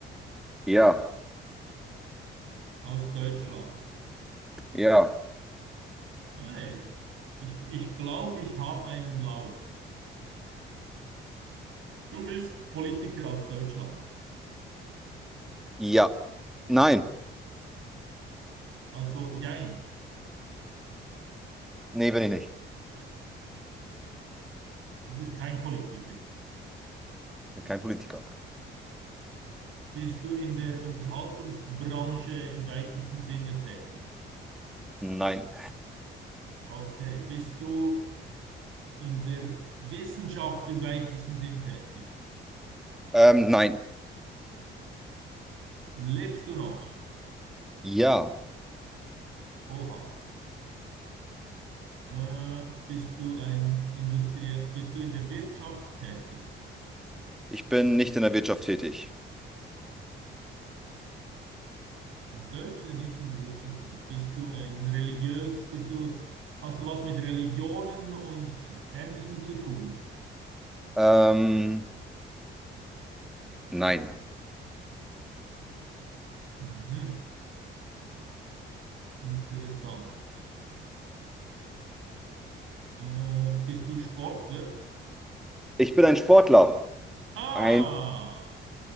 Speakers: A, in the centre; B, on the right.
A: Ja,
B: aus Deutschland.
A: ja.
B: Nein, ich, ich glaube, ich habe einen Lauf. Du bist Politiker aus Deutschland.
A: ja. Nein.
B: Also jein,
A: Nee, bin ich nicht.
B: du bist kein Politiker.
A: Bin kein Politiker.
B: Bist du in der Unterhaltungsbranche im weitesten Sinne tätig?
A: Nein.
B: Okay, bist du in der Wissenschaft im weitesten Sinn tätig?
A: Ähm, nein.
B: Lebst du noch?
A: Ja.
B: Oha. Äh, bist du ein Industrie, bist du in der Wirtschaft tätig?
A: Ich bin nicht in der Wirtschaft tätig.
B: In Deutsch oder nicht in der Wirtschaft? tätig? Bist du ein religiös, bist du, hast du was mit Religionen und Ähnlichem zu tun?
A: Ähm, nein.
B: Mhm, interessant. Äh, bist du Sportler?
A: Ich bin ein Sportler.
B: Ah,
A: Ein